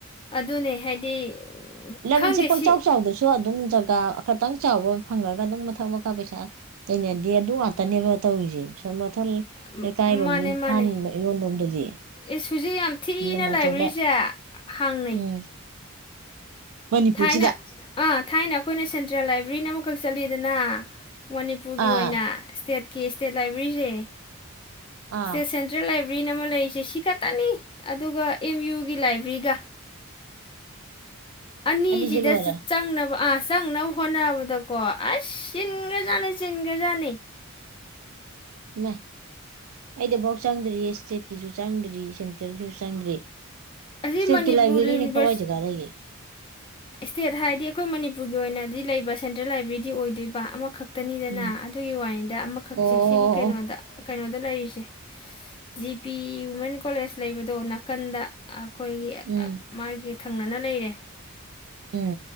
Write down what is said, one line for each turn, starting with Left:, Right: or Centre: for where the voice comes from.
Left: ꯑꯗꯨꯅꯦ ꯍꯥꯏꯗꯤ ꯎꯝ,
Right: ꯂꯝꯁꯦ
Left: ꯈꯪꯗꯦ ꯁꯤ
Right: ꯄꯪꯆꯥꯎ ꯆꯥꯎꯗꯁꯨ ꯑꯗꯨꯝ ꯖꯒꯥ ꯈꯇꯪ ꯆꯥꯎꯕ ꯐꯪꯉꯒ ꯑꯗꯨꯝ ꯃꯊꯛ ꯃꯈꯀꯥ ꯄꯩꯁꯥ ꯇꯅꯗꯦ ꯑꯗꯨ ꯉꯇꯅꯦꯕ ꯇꯧꯔꯤꯁꯦ ꯁꯣꯝ ꯃꯊꯜ
Left: ꯎꯝ,
Right: ꯂꯩꯀꯥꯏꯔꯣꯝ
Left: ꯃꯥꯅꯦ
Right: ꯅꯝꯐꯥꯟꯕ
Left: ꯃꯥꯅꯦ
Right: ꯏꯔꯣꯟꯂꯣꯝꯗꯗꯤ
Left: ꯏꯁ ꯍꯧꯖꯤꯛ ꯌꯥꯝ ꯊꯤꯅ
Right: ꯂꯝ
Left: ꯂꯥꯏꯕ꯭ꯔꯦꯔꯤꯁꯦ
Right: ꯑꯆꯧꯕ
Left: ꯍꯥꯡꯅꯩ
Right: ꯎꯝ ꯃꯅꯤꯄꯨꯔꯁꯤꯗ
Left: ꯊꯥꯏꯅ ꯑ ꯊꯥꯏꯅ ꯑꯩꯈꯣꯏꯅ ꯁꯦꯟꯇ꯭ꯔꯦꯜ ꯂꯥꯏꯕꯦ ꯕ꯭ꯔꯤꯟ ꯑꯃꯈꯛ ꯆꯠꯂꯤꯗꯅ ꯃꯅꯤꯄꯨꯔꯒꯤ
Right: ꯑꯥ
Left: ꯑꯣꯏꯅ ꯏꯁꯇꯦꯠ ꯀꯦ ꯏꯁꯇꯦꯠ ꯂꯥꯏꯕ꯭ꯔꯦꯔꯤꯁꯦ
Right: ꯑꯥ
Left: ꯁꯦ ꯁꯦꯟꯇ꯭ꯔꯦꯜ ꯂꯥꯏꯕ꯭ꯔꯦ ꯭ꯔꯤꯟ ꯑꯃ ꯂꯩꯔꯤꯁꯦ ꯁꯤꯒꯠ ꯇꯅꯤ ꯑꯗꯨꯒ ꯑꯦꯝ ꯌꯨ ꯒꯤ ꯂꯥꯏꯕ꯭ꯔꯔꯤꯒ ꯑꯅꯤꯁꯤꯗ
Right: ꯑꯅꯤꯁꯦ ꯂꯣꯏꯔꯦ
Left: ꯆꯪꯅꯕ ꯑ ꯆꯪꯅꯕ ꯍꯣꯠꯅꯕꯗꯀꯣ ꯑꯁ ꯆꯤꯟꯒ꯭ꯔꯖꯥꯠꯅꯤ ꯆꯤꯟꯈ꯭ꯔꯖꯥꯠꯅꯤ
Right: ꯑꯩꯗꯐꯥꯎ ꯆꯪꯗ꯭ꯔꯤꯌꯦ ꯏꯁꯇꯦꯠꯀꯤꯁꯨ ꯆꯪꯗ꯭ꯔꯤ ꯁꯦꯟꯇ꯭ꯔꯒꯤꯁꯨ ꯆꯪꯗ꯭ꯔꯤ ꯏꯁꯇꯦꯠꯀꯤ
Left: ꯑꯁꯤ ꯃꯅꯤꯄꯨꯔ
Right: ꯂꯥꯏꯕ꯭ꯔꯦꯔꯤꯅꯤ
Left: ꯌꯨꯅꯤꯚꯔꯁ
Right: ꯀꯋꯥꯏꯖꯒꯥꯂꯩꯒꯦ꯫
Left: ꯏꯁꯇꯦꯠ ꯍꯥꯏꯗꯤ ꯑꯩꯈꯣꯏ ꯃꯅꯤꯄꯨꯔꯒꯤ ꯑꯣꯏꯅꯗꯤ ꯂꯩꯕ ꯁꯦꯟꯇ꯭ꯔꯦꯜ ꯂꯥꯏꯕ꯭ꯔꯦꯔꯤꯗꯤ ꯑꯣꯏꯗꯣꯏꯕ ꯑꯃꯈꯛ ꯈꯛꯇꯅꯤꯗꯅ
Right: ꯎꯝ
Left: ꯑꯗꯨꯒꯤ ꯋꯥꯅꯤꯗ ꯑꯃꯈꯛꯁꯦ
Right: ꯑꯣ ꯑꯣ
Left: ꯁꯤꯒꯤ ꯀꯩꯅꯣꯗ
Right: ꯑꯣ
Left: ꯀꯩꯅꯣꯗ ꯂꯩꯔꯤ ꯁꯦ ꯖꯤ ꯄꯤ ꯋꯨꯃꯦꯟ ꯀꯣꯂꯦꯖ ꯂꯩꯕꯗꯣ ꯅꯥꯀꯟꯗ꯫ ꯑꯩꯈꯣꯏꯒꯤ
Right: ꯎꯝ
Left: ꯑ ꯃꯥꯒꯤ ꯊꯪꯅꯅ ꯂꯩꯔꯦ꯫
Right: ꯎꯝ